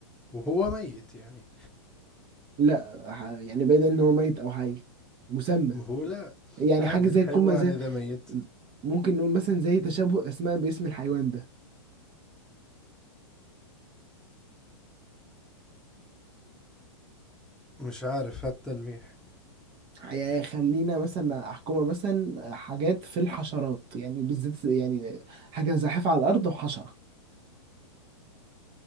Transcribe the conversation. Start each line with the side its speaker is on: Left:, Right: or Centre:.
Centre: وهو ميت يعني
Right: لا ح- يعني بعيدا إن هو ميت أو حي مسمى
Centre: ما هو لا
Right: يعني
Centre: عادي
Right: حاجة زي
Centre: الحيوان
Right: الكوما زي
Centre: إذا ميت
Right: ممكن نقول مثلا زي تشابه أسماء باسم الحيوان ده
Centre: مش عارف هالتلميح
Right: يعني خلينا مثلا أحكمها مثلا حاجات في الحشرات يعني بالذات يعني حاجة زاحفة على الأرض وحشرة